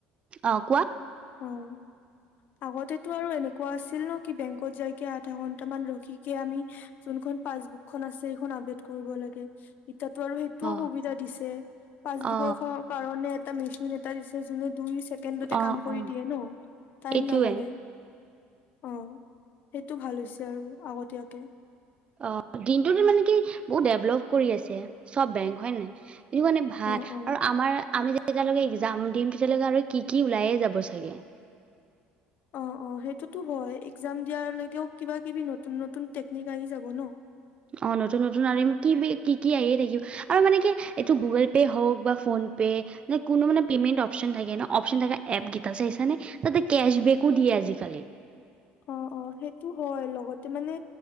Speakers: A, on the right (about 30°); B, on the left (about 55°).
A: অ', কোৱা
B: অ', আগতেটো আৰু এনেকুৱা আছিল ন, কি বেংকত যাইকে আধা ঘন্টামান ৰখিকে, আমি যোনখন পাছবুকখন আছে সেইখন আপডেট কৰিব লাগে, এ এতিয়াতো আৰু সেইটোও
A: অ
B: সুবিধা দিছে, পাছবুকৰ
A: অ
B: কাৰণে মেচিন এটা দিছ জোনে দুই ছেকেণ্ডতে
A: অ
B: কাম কৰি
A: অ
B: দিয়ে ন, টাইম
A: এইটোৱে
B: নালাগে। অ, সেইটো ভাল হৈছে আৰু আগতীয়াকে।
A: অ, দিনতটো দিন মানে কি, বহুত ডেভলপ কৰি আছে চব বেংক হয়ে নাই। এইটো কাৰণে ভাল।
B: অ অ
A: আৰু আমাৰ আমি তেতিয়ালৈকে এক্জাম দিম, তেতিয়ালৈকে আৰু কি ল, কি ওলাইে যাব চাগে।
B: অহ, অহ, সেইটোতো হয়। এক্জাম দিয়ালৈও কিবা কিবি নতুন, নতুন টেকনিক আহি যাব ন।
A: অ, নতুন, নতুন আৰু কি, কি, কি আহিয়ে থাকিব। আৰু মানে কি, এইটো গুগল পে' হওক বা ফোন পে। ন কোনো মানে পেমেণ্ট অপচন থাকে ন অপচন থকা এপ কেইটা চাইছানে। তাতে কেচবেকো দিয়ে আজিকালি।
B: অহ, অহ, সেইটো হয় লগত ত, মানে